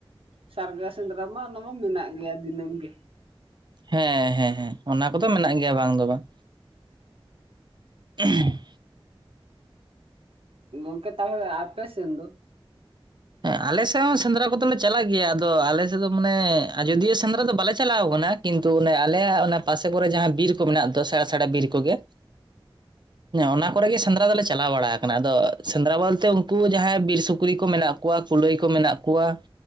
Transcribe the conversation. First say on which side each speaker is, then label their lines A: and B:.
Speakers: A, on the right; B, on the right.
A: ᱥᱟᱨᱜᱟ ᱥᱮᱸᱫᱽᱨᱟ ᱢᱟ ᱚᱱᱟ ᱢᱟ ᱢᱮᱱᱟᱜ ᱜᱮᱭᱟ᱾ ᱫᱤᱱᱟᱹᱢ ᱜᱮᱼᱼ
B: ᱦᱮᱸ ᱦᱮᱸ ᱦᱮᱸ ᱚᱱᱟ ᱠᱚᱫᱚ ᱢᱮᱱᱟᱜ ᱜᱮᱭᱟ ᱵᱟᱝ ᱫᱚ ᱵᱟᱝ᱾ ᱦ <unintelligible>
A: ᱜᱚᱢᱠᱮ ᱛᱟᱦᱮ ᱟᱯᱮ ᱥᱮᱱ ᱫᱚ?
B: ᱦᱮᱸ ᱟᱞᱮ ᱥᱮᱫ ᱦᱚᱸ ᱥᱮᱸᱫᱽᱨᱟ ᱠᱚᱫᱚᱞᱮ ᱪᱟᱞᱟᱜ ᱜᱮᱭᱟ ᱟᱫᱚ ᱟᱞᱮ ᱥᱮᱫ ᱫᱚ ᱢᱟᱱᱮ ᱟᱡᱚᱫᱤᱭᱟᱹ ᱥᱮᱸᱫᱽᱨᱟ ᱫᱚ ᱵᱟᱞᱮ ᱪᱟᱞᱟᱣ ᱟᱠᱟᱱᱟ ᱠᱤᱱᱛᱩ ᱚᱱᱮ ᱟᱞᱮ ᱚᱱᱟ ᱯᱟᱥᱮ ᱠᱚᱨᱮ ᱡᱟᱦᱟᱸ ᱵᱤᱨ ᱠᱚ ᱢᱮᱱᱟᱜ ᱥᱮᱬᱟ ᱥᱮᱬᱟ ᱵᱤᱨ ᱠᱚᱜᱮᱼᱼ ᱚᱱᱟ ᱠᱚᱨᱮ ᱜᱮ ᱥᱮᱸᱫᱽᱨᱟ ᱫᱚᱞᱮ ᱪᱟᱞᱟᱣ ᱵᱟᱲᱟ ᱟᱠᱟᱱᱟ ᱟᱫᱚ ᱥᱮᱸᱫᱽᱨᱟ ᱵᱚᱞᱛᱮ ᱩᱱᱠᱩ ᱡᱟᱦᱟᱸᱭ ᱵᱤᱨ ᱥᱩᱠᱨᱤ ᱠᱚ ᱢᱮᱱᱟᱜ ᱠᱚᱼᱼ ᱠᱩᱶᱟ ᱠᱩᱞᱟᱹᱭ ᱠᱚ ᱢᱮᱱᱟᱜ ᱠᱚᱣᱟ